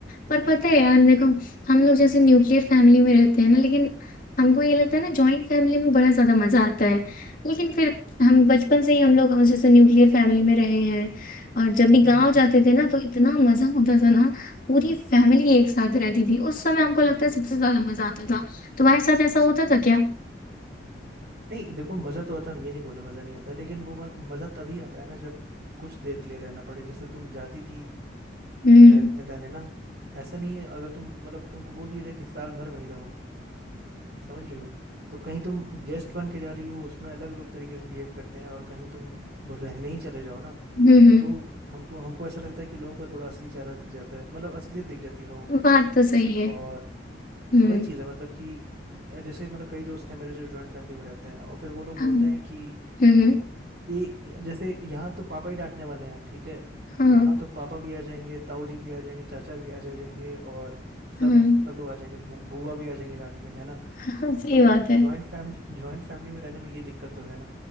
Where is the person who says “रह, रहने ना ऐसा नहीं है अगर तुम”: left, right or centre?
Right